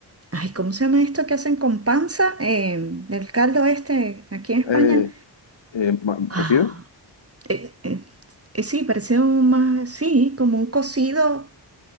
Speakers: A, on the right; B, on the left.
A: ay, ¿cómo se llama esto que hacen con panza? Eh, el caldo este, aquí en España.
B: Eh, Eh, ma-
A: Ah,
B: ¿cocido?
A: eh, eh, eh, sí, parecía un más, sí, como un cocido,